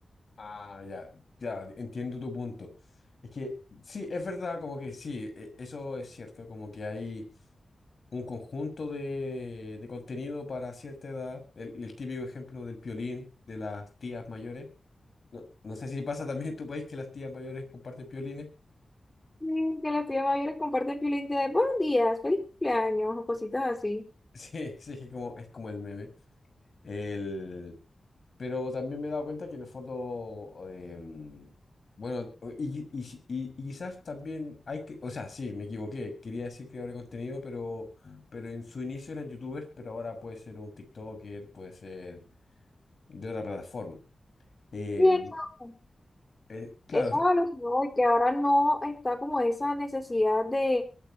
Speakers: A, on the left (about 55°); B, on the left (about 15°).
A: Ah, ya, ya, entiendo tu punto. Es que sí, es verdad, como que sí, e- eso es cierto, como que hay un conjunto de, de contenido para cierta edad, el, el típico ejemplo del piolín de las tías mayores. No, no sé si pasa también en tu país que las tías mayores comparten piolines.
B: Mm, Que las tías mayores comparten piolín de buenos días, feliz cumpleaños o cositas así.
A: <laughs> Sí, sí, es como, es como el meme. El, pero también me he dado cuenta que en el fondo, em, bueno, y, y, si- y- y quizás también hay que, o sea, sí, me equivoqué, quería decir creador de contenido, pero, pero en su inicio eran youtubers, pero ahora puede ser un TikToker, puede ser de otra plataforma. Em,
B: Cierto.
A: eh, claro,
B: Eso
A: o sea,
B: es a lo que voy, que ahora no está como esa necesidad de,